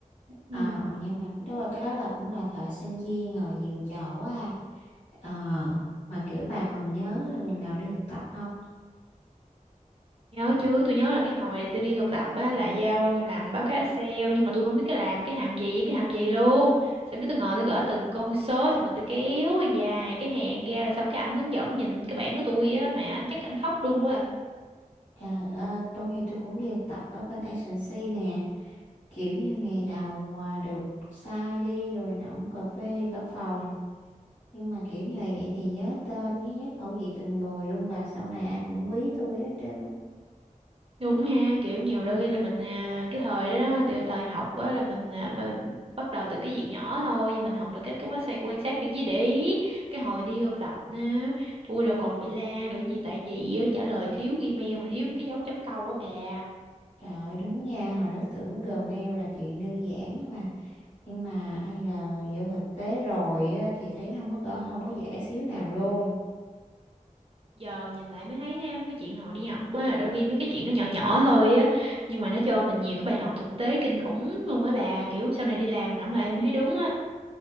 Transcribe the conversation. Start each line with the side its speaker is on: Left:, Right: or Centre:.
Left: Ờ,
Right: ừ
Left: nhưng mà đúng rồi, cái đó là cũng là thời sinh viên rồi nhiều trò quá ha. Ờ, mà kiểu bà còn nhớ là lần đầu đi thực tập không?
Right: Nhớ chứ, tôi nhớ là cái hồi tôi đi thực tập á là giao làm báo cáo Excel nhưng mà tôi không biết cái làm cái hàm gì với cái hàm gì luôn. Xong cái tôi ngồi tôi gõ từng con số xong rồi tôi kéo dài cái hàng ra rồi xong cái ảnh hướng dẫn nhìn cái bảng của tôi á mà ảnh chắc ảnh khóc luôn quá. à.
Left: Trời ơi, tôi thì tôi cũng đi thực tập ở bên agency nè. Kiểu như ngày đầu à, được sai đi rồi nóng cà phê cho cả phòng. Nhưng mà kiểu nhờ vậy thì nhớ tên nhớ nhớ khẩu vị từng người luôn bà. Sau này ai cũng quý tôi hết trơn. á.
Right: Đúng ha, kiểu nhiều đôi khi là mình à, cái thời đó đó, đời- thời học á là mình à, b- bắt đầu từ cái việc nhỏ thôi nhưng mình học được cách cái quá sang quan sát trên dưới để ý. Cái hồi đi thực tập á, tôi là còn bị la bởi vì tại vì á, trả lời thiếu email mà thiếu cái dấu chấm câu á bà.
Left: Trời ơi, đúng nha, hồi đó tưởng Gmail là chuyện đơn giản á bà. nhưng mà ai ngờ vô thực tế rồi á, thì thấy nó không có gõ- không có dễ xíu nào luôn
Right: giờ nhìn lại mới thấy ha mấy cái chuyện hồi đi học á đôi khi mấy cái chuyện nó nhỏ nhỏ thôi á nhưng mà nó cho mình nhiều cái bài học thực tế kinh khủng luôn á bà kiểu sau này đi làm ngẫm lại em thấy đúng á